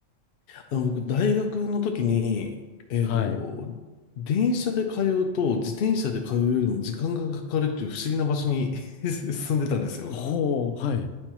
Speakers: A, on the left; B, on the left.
A: あの、僕、大学の時に、えっと、
B: はい。
A: 電車で通うと自転車で通うよりも時間がかかるっていう不思議な場所に <laughs> 住んでたんですよ。
B: ほう、はい、